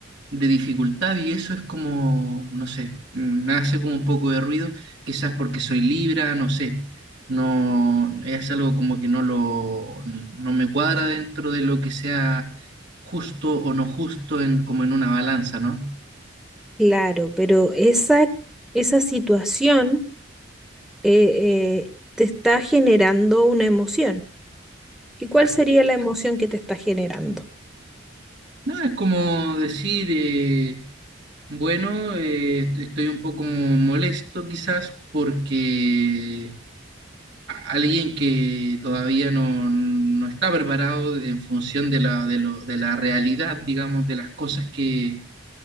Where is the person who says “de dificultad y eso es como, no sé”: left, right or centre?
Right